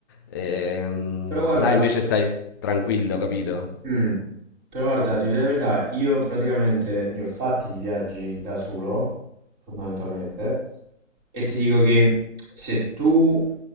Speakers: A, on the left (about 15°); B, on the right (about 20°).
A: Ehm,
B: Però guarda,
A: là invece stai tranquillo, capito?
B: mm, Però guarda, ti dico la verità, io praticamente ne ho fatti di viaggi da solo, fondamentalmente, e ti dico che se tu,